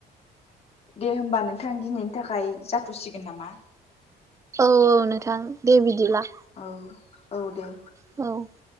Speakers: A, on the left (about 35°); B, on the right (about 15°).
A: दे होमबा नोंथां दिनैनि थाखाय जाथ'सिगोन नामा?
B: औ-औ नोंथां दे बिदिब्ला।
A: औ-औ दे।
B: औ